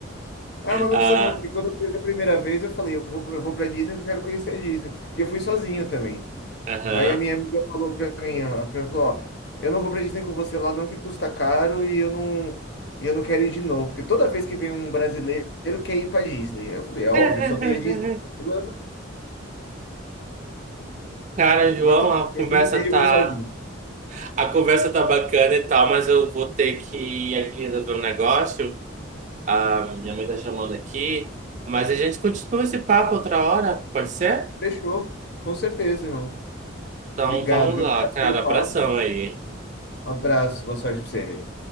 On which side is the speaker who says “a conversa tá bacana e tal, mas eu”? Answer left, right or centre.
Right